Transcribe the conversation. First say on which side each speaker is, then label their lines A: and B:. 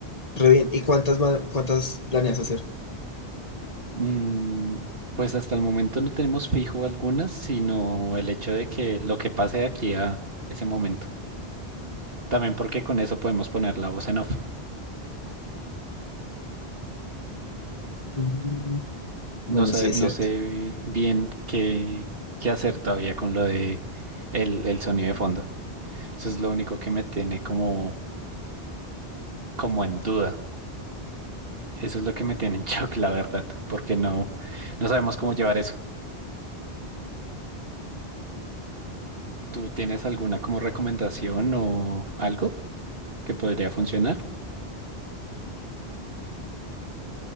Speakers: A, on the left (about 35°); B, on the right (about 60°).
A: re bien. ¿Y cuántas, ma- cuántas planeas hacer?
B: Mm, pues hasta el momento no tenemos fijo algunas, sino el hecho de que lo que pase de aquí a ese momento. También porque con eso podemos poner la voz en off.
A: Mm, Bueno,
B: No sé,
A: sí es
B: no
A: cierto.
B: sé bien qué, qué hacer todavía con lo de el, el sonido de fondo. Eso es lo único que me tiene como, como en duda. Eso es lo que me tiene en <laughs> shock, la verdad, porque no, no sabemos cómo llevar eso. ¿Tú tienes alguna como recomendación o algo que podría funcionar?